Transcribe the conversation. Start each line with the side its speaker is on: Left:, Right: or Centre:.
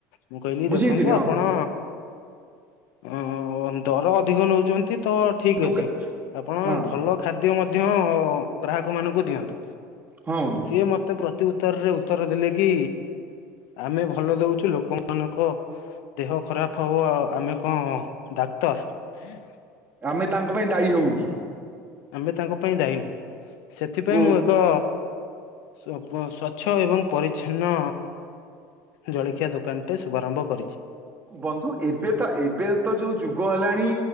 Left: ମୁଁ କହିଲି
Right: ବୁଝେଇଥିଲେ
Left: ଦେଖନ୍ତୁ ଆପଣ
Right: ହଁ
Left: ଅ ଦର ଅଧିକ ନେଉଛନ୍ତି ତ ଠିକ
Right: ଦୋକା
Left: ଅଛି। ଆପଣ
Right: ହଁ
Left: ଭଲ ଖାଦ୍ୟ ଖାଦ୍ୟ ମଧ୍ୟ ଗ୍ରାହକ ମାନଙ୍କୁ ଦିଅନ୍ତୁ।
Right: ହଁ ବନ୍ଧୁ।
Left: ସିଏ ମତେ ପ୍ରତି ଉତ୍ତରରେ ଉତ୍ତର ଦେଲେ କି ଆମେ ଭଲ ଦଉଛୁ ଲୋକମାନଙ୍କ ଦେହ ଖରାପ ହବ ଆଉ ଆମେ କଣ ଡାକ୍ତର।
Right: ଆମେ ତାଙ୍କ ପାଇଁ ଦାୟୀ ହବୁ କି?
Left: ଆମେ ତାଙ୍କ ପାଇଁ ଦାୟୀ ନୁହେଁ। ସେଥିପାଇଁ
Right: ଓ
Left: ମୁଁ ଏକ ସ୍ଵଚ୍ଛ ଏବଂ ପରିଚ୍ଛନ୍ନ ଜଳଖିଆ ଦୋକାନଟେ ଶୁଭାରମ୍ଭ କରିଛି।
Right: ବନ୍ଧୁ ଏବେ ତ-ଏବେ ତ ଯୋଉ ଯୁଗ ହେଲାଣି।